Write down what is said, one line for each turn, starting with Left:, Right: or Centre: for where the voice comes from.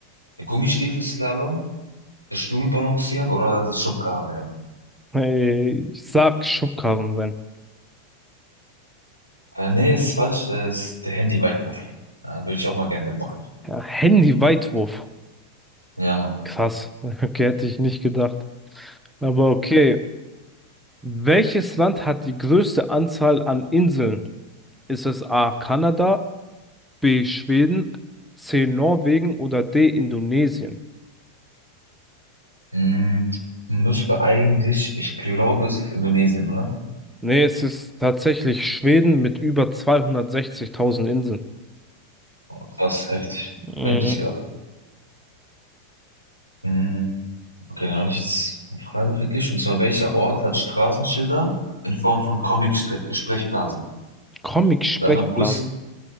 Right: der Gummistiefelslalom, das Stuhlbalancieren oder das Schubkarrenrennen?
Centre: Äh, Ich sag Schubkarrenrennen.
Right: Äh, nee, ist falsch, es ist der Handy-Weitwurf. Äh, würde ich auch mal gerne mitmachen.
Centre: Ja, Handy-Weitwurf.
Right: Ja, Mann.
Centre: Krass. <laughs> Okay, hätte ich nicht gedacht. Aber okay. Welches Land hat die größte Anzahl an Inseln? Ist es A. Kanada, B. Schweden, C. Norwegen oder D. Indonesien?
Right: Hm, müsste eigentlich, ich glaube, es ist Indonesien, oder?
Centre: Nee, es ist tatsächlich Schweden mit über 260.000 Inseln.
Right: Krass, heftig.
Centre: Mhm.
Right: Hätte ich nicht gedacht. Hm, okay, dann habe ich jetzt eine Frage für dich. Und zwar, welcher Ort hat Straßenschilder in Form von Comic-Sprechblasen?
Centre: Comic-Sprechblasen.
Right: Das ist einmal Brüssel,